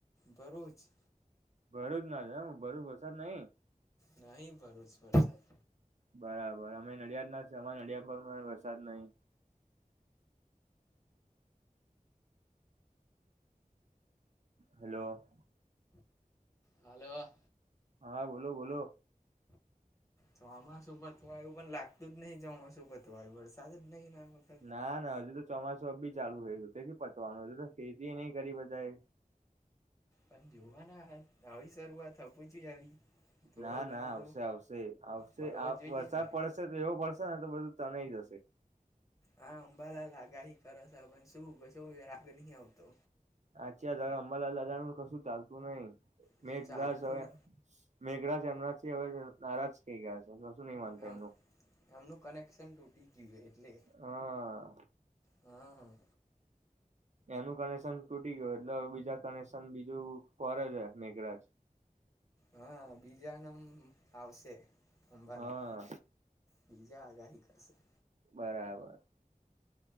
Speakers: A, on the left; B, on the right.
A: ભરૂચ જ
B: ભરૂચ ના છો એમ ભરૂચ વરસાદ નહી
A: નહી ભરૂચ વરસાદ
B: બરાબર અમે નડિયાદ ના જ છે અમારા નડિયાદ પર પણ વરસાદ નહી હલો.
A: હલ્લો.
B: હા બોલો બોલો
A: ચોમાસું પતવા આવું પણ લાગતું જ નહીિ ચોમાસું પતવાય્યું વરસાદ જ નહીિ.
B: ના ના હજુ તો ચોમાસું બી ચાલુ રહે તેથી પચવાનું હજુ તો ખેતી નહી કરી બધા.
A: પણ જોવાના આવી શરૂઆત આપું જોઈએ આવી. થોડો
B: ના
A: ઘણો
B: ના આવશે
A: તો
B: આવશે આવશે
A: પડવો જોઈએ
B: વરસાદ
A: ને
B: પડશે તો એવો પડશેને તો બધું તનાય જશે.
A: હા અંબાલા લગાહી કરસ પણ શું ક શો રાગ નહી આવતો.
B: આચ્છાલા લડાાણ કશું ચાલતું નહી
A: બધું
B: મેં
A: ચાલતું
B: સય.
A: ને
B: મેઘરાજ એમનાથી હવે નારાજ થઈ ગયા છે શું નહી માનતા
A: આમ
B: એમનું.
A: એમનું કનેક્શન તૂટી ગયું એટલે.
B: હા.
A: હા હા.
B: એનું કનેક્શન તૂટી ગયું એટલે હવે બીજા કનેક્શન બીજું ફરજ મેઘરાજ.
A: હા બીજા ના આવશે અંબાલા.
B: હા
A: બીજા આગાહી કરશે.
B: બરાબર.